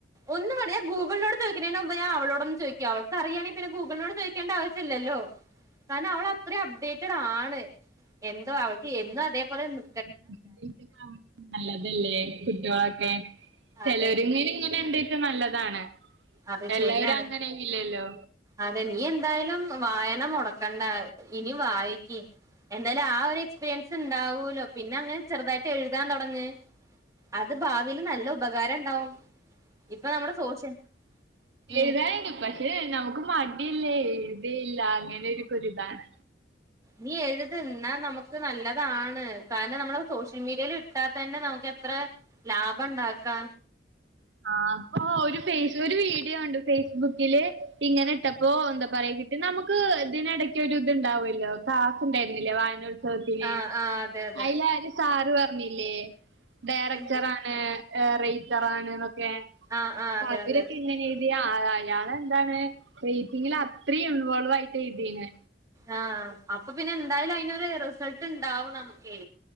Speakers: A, on the right; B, on the right.
A: ഒന്ന് വേണ്ട. ഞാൻ ഗൂഗിളിനോട് ചോദിക്കുന്നതിന് മുമ്പ് ഞാൻ അവളോടൊന്ന് ചോദിക്കും. അവക്ക് അറിയണേല് പിന്നെ ഗൂഗളിനോട് ചോയ് ക്കേണ്ടാവശ്യല്ലല്ലോ കാരണം അവളത്രയും അപ്ഡേറ്റഡ് ആണ് എന്തോ അവൾക്ക് എന്നും അതേപോലെ നി
B: <unintelligible> ഇനിപ്പൊ അവൾക്ക് നല്ലതല്ലേ കുട്ട്യോളൊക്കെ ചെലോര്
A: അതെ
B: ലീവിങ്ങനെ എന്തേട്ടും നല്ലതാണ്
A: അത് ശരിയാണ്
B: എല്ലാവരും അങ്ങനെ ഇല്ലല്ലോ
A: അതെ നീ എന്തായാലും വായന മുടക്കണ്ട ഇനി വായിക്കി എന്തായാലും ആ ഒരു എക്സ്പീരിയൻസ് ഉണ്ടാവൂല്ലോ പിന്നെ അങ്ങനെ ചെറുതായിട്ട് എഴുതാൻ തൊടങ്ങ് അത് ഭാവിയീൽ നല്ല ഉപകാരം ഇണ്ടാവും ഇപ്പൊ നമ്മുടെ സോഷ്യൽ ഉം
B: എഴുതാന്ണ്ട് പക്ഷെ നമുക്ക് മടിയല്ലേ എഴുതേയില്ല അങ്ങനൊക്കെയൊരിതാണ്
A: നീ എഴുത് ഇന്നാനമുക്ക് നല്ലതാണ് കാരണം നമ്മള് സോഷ്യൽമീഡിയയിൽ ഇട്ടാത്തെന്നെ നമുക്ക് എത്രെ ലാഭണ്ടാക്കാ
B: ആ അപ്പൊ ഒരു ഫൈസ് ഒരു വീഡിയോ കണ്ട് ഫേയിസ്ബുക്കില് ഇങ്ങനെ ഇട്ടപ്പോ എന്തപറയാ കി നമുക്ക് ഇതിനെടയ്ക്കൊരു ഇത്ണ്ടാവൊല്ലോ ക്ലാസ്സ് ഉണ്ടായിരുന്നില്ലേ വായനോ കേട്ടിലേ
A: ആഹ് ആഹ് അതെ അതെ
B: അയിലാരിസ് സാറ് പറഞ്ഞില്ലേ ഡയറക്ടറാണ്
A: എന്ത്
B: റൈറ്ററാണെന്നൊക്കെ
A: ആഹ് ആഹ്
B: അപ്പൊ
A: അതെ
B: അവരൊക്കെ
A: അതെ
B: അങ്ങനെ എഴ്തിയാ അയാളെന്താണ് റൈറ്റിങ്ങില് അത്രയും ഇൻ വോൾവായിട്ടെ എഴുതീണ്
A: ആ അപ്പൊ പിന്നെന്തായാലു അയിനൊരു റിസൾട്ട്ണ്ടാവും നമുക്കെ